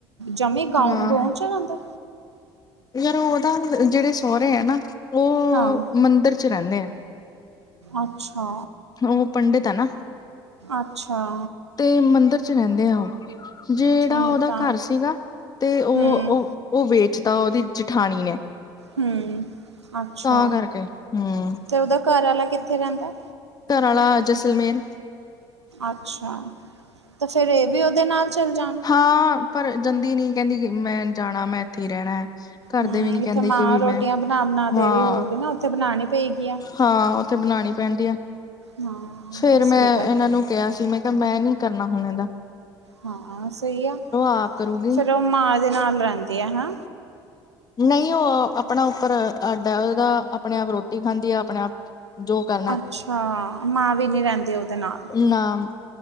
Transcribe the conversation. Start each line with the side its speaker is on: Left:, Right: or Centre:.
Right: ਜਮੀ। ਗਾ।
Left: ਹਾਂ
Right: ਗਾ। ਚ। ਜਾਂਂਦਾ।
Left: ਯਾਰ। ਉਹਦਾ। ਜਿਹੜੇ। ਸਹੁਰੇ। ਹੈ। ਨਾ। ਉਹ।
Right: ਹਾਂ
Left: ਮੰਦਿਰ। ਚ। ਰਹਿੰਦੇ। ਆ।
Right: ਅੱਛਾ।
Left: ਉਹ। ਪੰਡਿਤ। ਹੈ। ਨਾ।
Right: ਅੱਛਾ
Left: ਤੇ। ਮੰਦਿਰ। ਚ। ਰਹਿੰਦੇ। ਆ। ਉਹ। ਜਿਹੜਾ।
Right: ਠੀਕ
Left: ਉਹਦਾ।
Right: ਆ
Left: ਘਰ। ਸੀਗਾ। ਤੇ। ਉਹ।
Right: ਹਮ
Left: ਉਹ। ਉਹ। ਵੇਚਦਾ। ਉਹਦੀ। ਜਠਾਣੀ। ਨੇ।
Right: ਹਮ। ਅੱਛਾ।
Left: ਤਾਂ ਕਰਕੇ ਹੂੰ
Right: ਤੇ। ਉਹਦਾ। ਘਰ। ਆਾ। ਕਿੱਥੇ। ਰਹਿੰਦਾ।
Left: ਘਰ। ਵਾਲਾ। ਜਸਲਮੇਰ।
Right: ਅੱਛਾ। ਤੇ। ਫੇਿਰ। ਇਹ। ਵੀ। ਉਹਦੇ। ਨਾਲ। ਚੱਲ। ਜਾਣ।
Left: ਹਾਂ। ਪਰ। ਜਾਂਦੀ। ਨੀ। ਕਹਿੰਦੀ। ਮੈਂ। ਜਾਣਾ। ਮੈਂ। ਇੱਥੇ। ਹੀ। ਰਹਿਣਾ। ਘਰਦੇ
Right: ਹਮ।
Left: ਵੀ ਨੀ
Right: ਇੱਥੇ।
Left: ਕਹਿੰਦੇ
Right: ਮਾਂ।
Left: ਕਿ ਵੀ
Right: ਰੋਟੀਆਂ।
Left: ਮੈਂ
Right: ਬਣਾ। ਬਣਾ।
Left: ਹਾਂ
Right: ਦੇ। ਰਹੀ। ਹੋਊਗੀ। ਨਾ। ਉੱਥੇ। ਬਣਾਣੀ। ਪਏਗੀ। ਆ।
Left: ਹਾਂ। ਉੱਥੇ। ਬਣਾਉਣੀ। ਪੈਂਦੀ। ਆ।
Right: ਹਾਂ।
Left: ਫੇਰ
Right: ਇਸਲਈ
Left: ਮੈਂ ਇਹਨਾਂ। ਨੂੰ। ਕਿਹਾ। ਸੀ। ਮੈਂ। ਕਿਹਾ। ਮੈਂ। ਨੀ। ਕਰਨਾ। ਹੁਣ। ਇਹ। ਦਾ।
Right: ਹਾਂ। ਸਹੀ। ਆ।
Left: ਆਪ ਕਰੂਗੀ
Right: ਫੇਿਰ। ਉਹ। ਮਾਂ। ਦੇ। ਨਾਲ। ਰਹਿੰਦੀ। ਆ। ਹੈ।
Left: ਨਹੀਂ। ਉਹ। ਆਪਣਾ। ਉੱਪਰ। ਅੱਡ। ਹੈ। ਉਹਦਾ। ਆਪਣੇ। ਆਪ। ਰੋਟੀ। ਖਾਂਦੀ। ਆ। ਆਪਣੇ। ਆਪ ਜੋ। ਕਰ।
Right: ਅੱਛਾ। ਮਾਂ। ਵੀ। ਨਹੀਂ। ਰਹਿੰਦੀ। ਉਹਦੇ। ਨਾਲ।
Left: ਨਾਮ।